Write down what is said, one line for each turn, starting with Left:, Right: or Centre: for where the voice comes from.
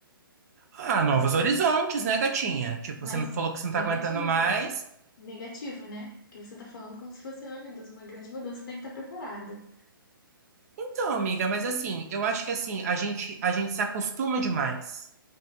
Right: Ah, novos horizontes, né, gatinha? Tipo,
Left: Mas
Right: você não falou que você não
Left: negativo.
Right: tá aguentando mais.
Left: Negativo, né? Porque você tá falando como se fosse, ai meu Deus, uma grande mudança, tem que estar preparada.
Right: Então, amiga, mas assim, eu acho que assim, a gente, a gente se acostuma demais.